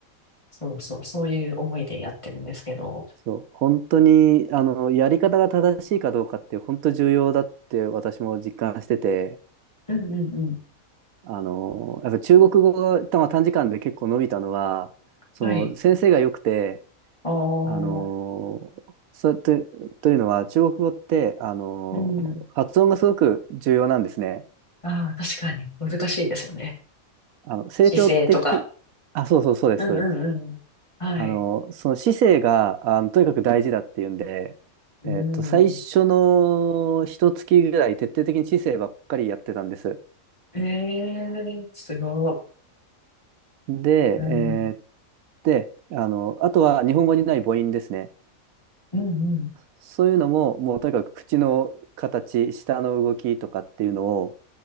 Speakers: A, on the left; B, on the right.
A: そうそう、そういう思いでやってるんですけど。
B: そう、本当に、あの、やり方が正しいかどうかって本当重要だって私も実感してて、
A: うんうんう
B: あの、やっぱ中国語が短時間で結構伸びたのは、その先生が良くて、
A: ん。はい。ああ、
B: あの、そうと、というのは中国語って、あの、
A: うん。
B: 発音がすごく重要なんですね。
A: ああ、確かに難しいですよね。
B: あの、成長的、
A: 姿勢とか。
B: あ、そうそうそうです、
A: うんうんうん。
B: そうです。
A: はい。
B: あの、その姿勢が、あの、とにかく大事だっていうんで、
A: うん。
B: えっと、最初の一月ぐらい徹底的に姿勢ばっかりやってたんです。
A: ええすごい。
B: で、
A: うん
B: えーで、あの、あとは日本語にない母音ですね。
A: うんうん。
B: そういうのも、もうとにかく口の形、舌の動きとかっていうのを、